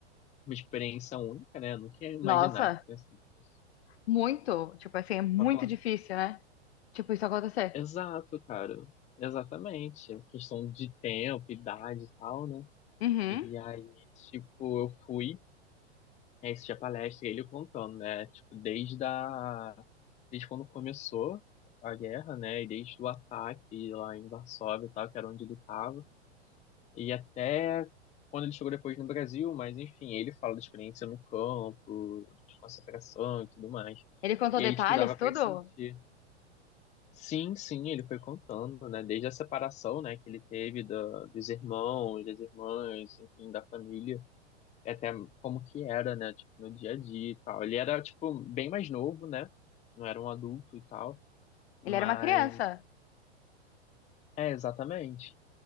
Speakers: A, on the left; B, on the left.
A: uma experiência única, né? Eu nunca ia imaginar
B: Nossa,
A: que fosse, tipo,
B: muito. Tipo assim, é muito
A: pode falar.
B: difícil, né? Tipo, isso acontecer.
A: Exato, cara. Exatamente. A Questão de tempo, idade e tal, né?
B: Uhum.
A: E aí, tipo, eu fui, aí a palestra e ele contando, né? Tipo, desde a... desde quando começou a guerra, né? E desde o ataque lá em Varsóvia e tal, que era onde ele tava. E até quando ele chegou depois no Brasil, mas enfim, ele fala da experiência no campo, de concentração e tudo mais.
B: Ele contou
A: E
B: detalhes,
A: aí, tipo, dava
B: tudo?
A: pra sentir. Sim, sim, ele foi contando, né? Desde a separação, né, que ele teve da, dos irmãos, das irmãs, enfim, da família, e até como que era, né, tipo, no dia a dia e tal. Ele era, tipo, bem mais novo, né? Não era um adulto e tal, mas
B: Ele era uma criança.
A: é, exatamente.